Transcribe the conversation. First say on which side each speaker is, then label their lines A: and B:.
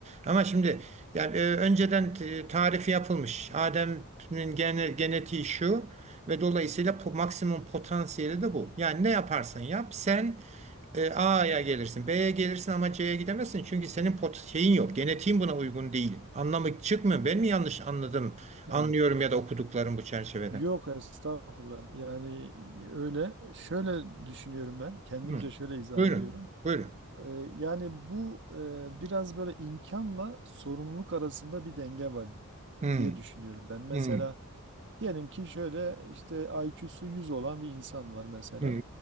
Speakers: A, on the right; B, on the right.
A: Ama şimdi yani e, önceden t- tarifi yapılmış. Adem'in gene, genetiği şu ve dolayısıyla po- maksimum potansiyeli de bu. Yani ne yaparsan yap sen e, A'ya gelirsin, B'ye gelirsin ama C'ye gidemezsin. Çünkü senin pot şeyin yok. Genetiğin buna uygun değil. Anlamı çıkmıyor. Ben mi yanlış anladım? Anlıyorum
B: Evet.
A: ya da okuduklarım bu çerçevede.
B: Yok estağfurullah. Yani öyle şöyle düşünüyorum ben. Kendimce
A: Hı.
B: şöyle izah
A: Buyurun.
B: ediyorum.
A: Buyurun.
B: Ee, Yani bu e, biraz böyle imkanla sorumluluk arasında bir denge var
A: Hı.
B: diye düşünüyorum ben. Mesela
A: Hı.
B: diyelim ki şöyle işte IQ'su 100 olan bir insan var mesela.
A: Hı.